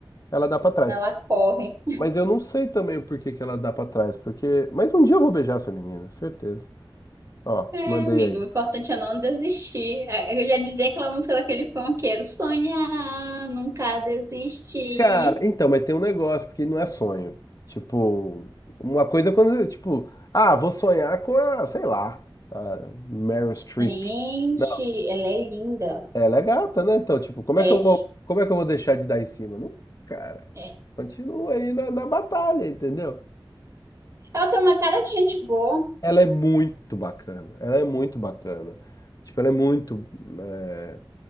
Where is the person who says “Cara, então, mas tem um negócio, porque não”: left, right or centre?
Left